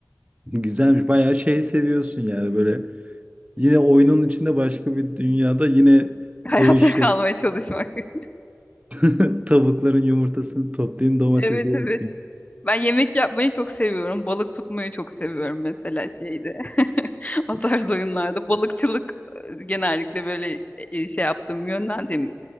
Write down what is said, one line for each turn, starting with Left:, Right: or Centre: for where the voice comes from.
Right: Güzelmiş. Bayağı şey seviyorsun yani böyle. Yine oyunun içinde başka bir dünyada yine
Left: <laughs> Hayatta
Right: ev işleri.
Left: kalmaya çalışmak. <laughs>
Right: <laughs> Tavukların yumurtasını toplayayım, domatesi
Left: Evet
Right: <laughs>
Left: evet.
Right: ekeyim.
Left: Ben yemek yapmayı çok seviyorum. Balık tutmayı çok seviyorum mesela şeyde. <laughs> O tarz oyunlarda. Balıkçılık e, genellikle böyle e, e, şey yaptığım, yönlendiğim